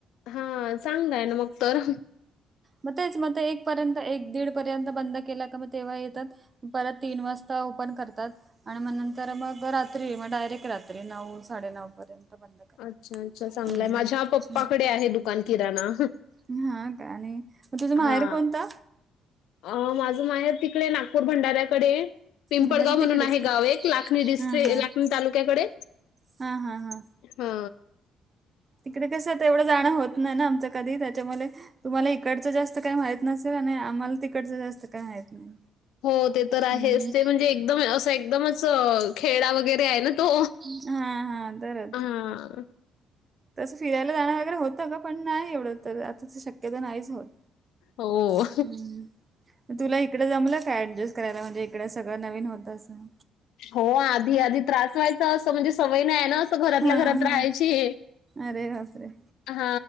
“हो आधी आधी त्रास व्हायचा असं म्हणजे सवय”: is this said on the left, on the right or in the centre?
Left